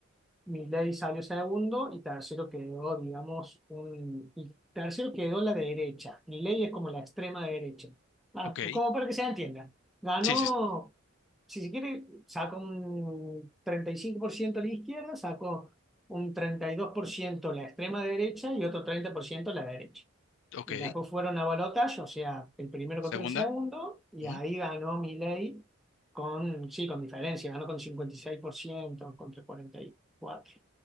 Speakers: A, in the centre; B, on the left.
A: Milei salió segundo y tercero quedó, digamos, un... Y tercero quedó la derecha. Milei es como la extrema derecha. Ah,
B: Ok.
A: como para que se entienda. Ganó,
B: Sí, sí, sí.
A: si se quiere, sacó un 35% la izquierda, sacó un 32% la extrema derecha y otro 30% la derecha.
B: Ok.
A: Y después fueron a balotaje, o sea, el primero
B: La
A: contra
B: segunda.
A: el segundo, y
B: ujú,
A: ahí ganó Milei con, sí, con diferencia, ganó con 56% contra 44.